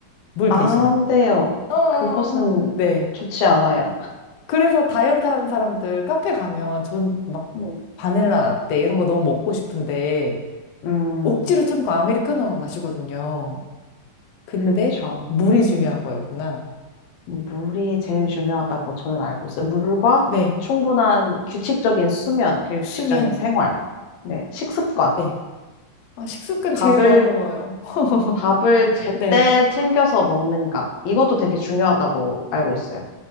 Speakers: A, on the left; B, on the left.
A: 물
B: 안
A: 대신.
B: 돼요.
A: 어, 어,
B: 그것은
A: 네.
B: 좋지 않아요.
A: 그래서 다이어트 하는 사람들 카페 가면 전 막
B: 네.
A: 바닐라 라떼 이런 거 너무 먹고 싶은데
B: 음,
A: 억지로 참고 아메리카노만 마시거든요. 근데
B: 그쵸.
A: 물이 중요한 거였구나.
B: 물이 제일 중요하다고 저는 알고 있어요. 물과
A: 네.
B: 충분한 규칙적인 수면, 그리고
A: 수면.
B: 규칙적인 생활, 네, 식습관.
A: 네. 아, 식습관
B: 밥을
A: 제일 어려워요. <laughs>
B: 밥을 제때
A: 네.
B: 챙겨서 먹는가. 이것도 되게 중요하다고 알고 있어요.